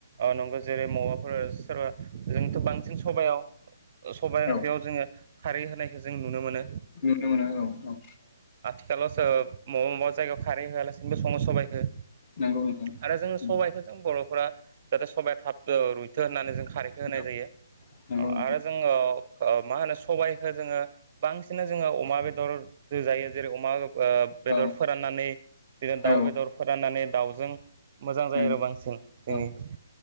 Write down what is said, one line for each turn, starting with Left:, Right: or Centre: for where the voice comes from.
Right: औ नंगौ जेरै मबाफोर सोरबा जोंथ' बांसिन सबायाव सबाय ओंख्रियाव
Left: औ
Right: जोङो खारै होनायखौ जों नुनो मोनो।
Left: नुनो मोनो औ-औ
Right: <unintelligible> मबा मबा जायगायाव खारै होआलासिनोबो सङो सबायखो
Left: नंगौ नोंथां
Right: आरो जोङो
Left: उम
Right: सबायाइखौ जों बर'फोरा जाहाथे सबाया थाब रुइथो होननानै जों खारैखौ होनाय
Left: औ
Right: जायो
Left: नंगौ नोंथां
Right: आरो जोङो मा होनो सबायखो जोङो बांसिन जोङो अमा बेदर, जों जायो जेरै अमा ओ बेदर
Left: औ
Right: फोराननानै बिदिनो दाउ
Left: औ
Right: बेदर फोराननानै दाउजों मोजां
Left: नंगौ
Right: जायो आरो बांसिन जोंनि
Left: औ